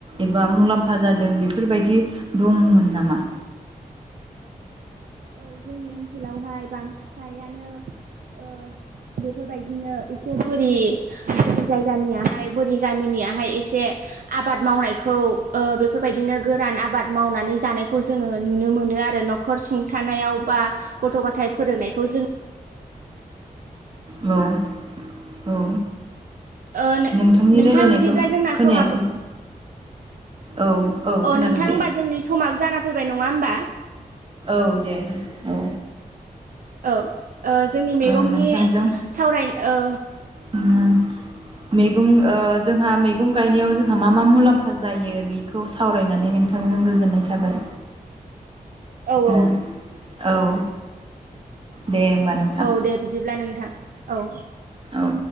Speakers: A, on the right; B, on the right.
A: एबा मुलाम्फा जादों जों बेफोरबायदि दंमोन नामा
B: औ जोंनि ओनसोलावहाय बां फ्रायानो ओ बेफोरबायदिनो एसे बोरि बोरि जायगानियाहाय बोरि गामिनियाहाय एसे आ आबाद मावनायखौ ओ बेफोरबायदिनो गोरान आबाद मावनानै जानायखौ जोङो नुनो मोनो आरो न'खर सुं थानायाव बा गथ' गथायाइ फोरोंनायखौ जोंङो
A: औ औ
B: ओ नोंथां
A: नोंथांनि रायलायनायखौ
B: बिदिब्ला जोंना
A: खोनायासै
B: समाबो
A: औ औ
B: अ
A: खोनादों
B: नोंथां
A: दे
B: होमबा जोंनि समाबो जाना फैबाय नङा होमबा
A: औ दे औ
B: औ ओ जोंनि मैगंनि
A: ओ नोंथांजों
B: सावराय ओ
A: उम मैगं ओ जोंहा मैगं गायनायाव जोंहा मा मा मुलाम्फा जायो बेखौ सावरायनानै नोंथां गोजोननाय थाबाय
B: औ औ
A: ओह औ दे होमबा नोंथां
B: औ दे बिदिब्ला नोंथां औ
A: औ